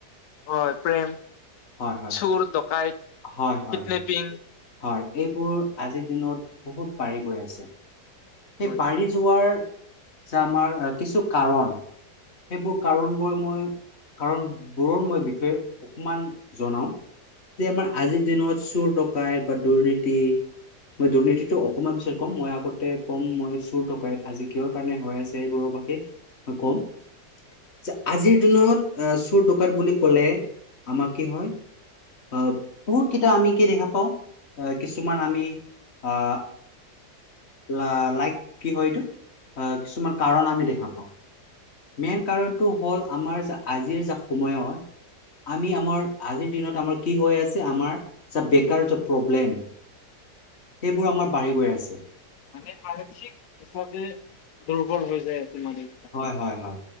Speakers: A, on the left; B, on the left.
A: হয় প্ৰেম
B: হয় হয়
A: চুৰ ডকাইত
B: হয় হয়
A: কিডনেপিং
B: হয় হয় এইবোৰ আজিৰ দিনত বহুত বাঢ়ি গৈ আছে। সেই
A: হয়
B: বাঢ়ি যোৱাৰ যে আমাৰ কিছু কাৰণ, সেইবোৰ কাৰণবোৰ মই কাৰণবোৰৰ মই বিষয়ে অকণমান জনাওঁ। যে আমাৰ আজিৰ দিনত চুৰ-ডকাইত বা দুৰ্নীতি মই দুৰ্নীতিটো অকমান পিছত ক'ম। মই আগতে কম মই চুৰ, ডকাইত আজি কিহৰ কাৰণে হৈ আছে, সেইবোৰৰ বাবে মই কম। যে আজিৰ দিনত এ চোৰ, ডকাইত বুলি ক'লে আমাৰ কি হয়। আ বহুত কেইটা আমিকি দেখা পাওঁ, আ কিছুমান আমি আহ লা লাইক কি হয় এইটো আ কিছুমান কাৰণ আমি দেখা পাওঁ। মেইন কাৰণটো হ'ল আমাৰ যা আজিৰ যা সময়ত আমি আমাৰ আজিৰ দিনত আমাৰ কি হৈ আছে, আমাৰ যা বেকাৰয প্ৰব্লেম সেইবোৰ আমাৰ বাঢ়ি গৈ আছে।
A: মানে আৰ্থিক হিচাপে দুৰ্বল হৈ যায় আছে মানে।
B: হয় হয় হয়,